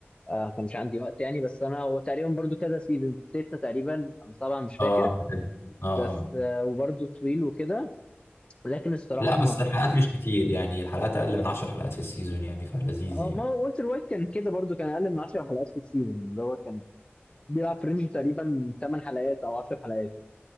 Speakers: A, on the left; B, on the left.
A: آه ما كانش عندي وقت يعني بس انا هو تقريبا برضه كذا سيزون سته تقريبا او سبعه مش فاكر
B: اه عامل كده.
A: بس
B: اه آه.
A: آه وبرضه طويل وكده لكن الصراحه
B: لا بس
A: ما
B: الحلقات مش كتير يعني الحلقات اقل من 10 حلقات في السيزون يعني فلذيذ
A: اه
B: يعني
A: ما هو والتر وايت كان كده برضو كان اقل من 10 حلقات في السيزون اللي هو كان بيلعب في رينج تقريبا 8 حلقات او 10 حلقات